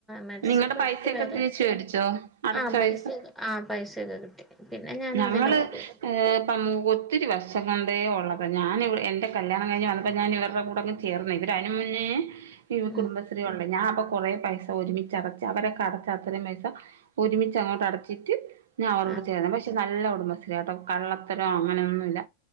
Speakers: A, in the centre; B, on the right (about 55°).
A: മരിച്ചപ്പോ
B: നിങ്ങടെ പൈസയൊക്കെ
A: ഇനി ഇപ്പ വേറെ
B: തിരിച്ച് മേടിച്ചോ അടച്ച
A: ആരാ പൈസയൊക്കെ
B: പൈസ
A: ആ പൈസയൊക്കെ കിട്ടി പിന്നെ ഞാൻ
B: ഞങ്ങള്
A: അതിനൊന്നും പോയിട്ടില്ല
B: ഇപ്പം ഒത്തിരി വർശം കൊണ്ടേ ഉള്ളത് ഞാൻ ഇവിടെ എൻ്റെ കല്യാണം കഴിഞ്ഞ് വന്നപ്പോൾ ഞാൻ ഇവരുടെ കൂടെ ഒക്കെ ചേർന്നു ഇവർ അതിനു മുന്നേ ഈ
A: ഉം
B: കുടുംബശ്രീ ഉള്ളേ ഞാൻ അപ്പൊ കൊറേ പൈസ ഒരുമിച്ചടച്ച് അവരൊക്കെ അടച്ച് അത്രയും പൈസ ഒരുമിച്ച് അത്അണ് അടച്ചിട്ട് ഞാൻ അവരോട്
A: ആ
B: ചേരാം പക്ഷെ നല്ല കുടുംബശ്രീ കേട്ടോ കള്ളത്തരോ അങ്ങനെയൊന്നുമല്ല